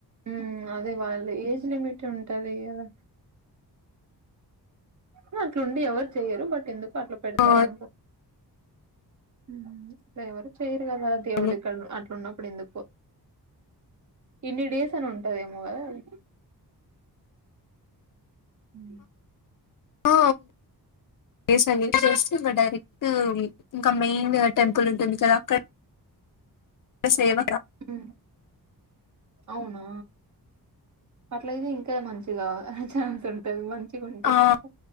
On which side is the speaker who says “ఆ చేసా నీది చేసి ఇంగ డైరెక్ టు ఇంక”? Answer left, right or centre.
Left